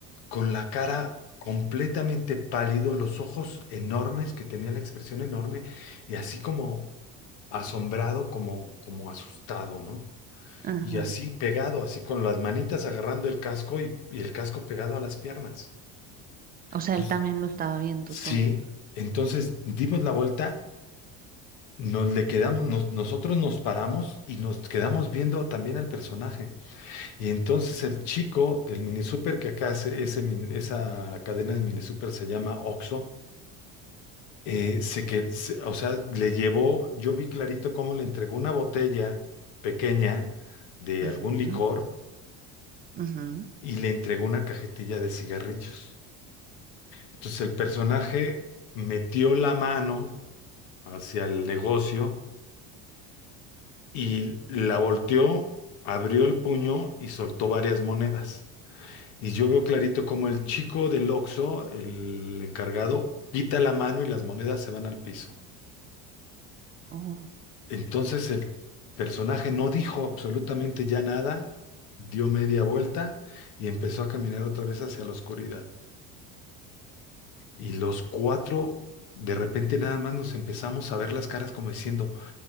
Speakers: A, on the left (about 80°); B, on the right (about 30°).
A: con la cara completamente pálido, los ojos enormes, que tenía la expresión enorme, y así como asombrado, como, como asustado, ¿no?
B: Ajá.
A: Y así pegado, así con las manitas agarrando el casco y, y el casco pegado a las piernas.
B: O sea,
A: Entonces,
B: él también lo estaba viendo
A: sí,
B: todo.
A: entonces dimos la vuelta, nos le quedamos, nos- nosotros nos paramos y nos quedamos viendo también al personaje. Y entonces el chico del mini super que acá hace ese mini- esa cadena de mini super se llama Oxxo, eh, se que, se- o sea, le llevó, yo vi clarito cómo le entregó una botella pequeña de
B: Ujú,
A: algún licor
B: ujú.
A: y le entregó una cajetilla de cigarrillos. Entonces el personaje metió la mano hacia el negocio y la volteó, abrió el puño y soltó varias monedas. Y yo veo clarito como el chico del Oxxo, el encargado, quita la mano y las monedas se van al piso.
B: Oh,
A: Entonces el personaje no dijo absolutamente ya nada, dio media vuelta y empezó a caminar otra vez hacia la oscuridad. Y los cuatro, de repente nada más nos empezamos a ver las caras como diciendo,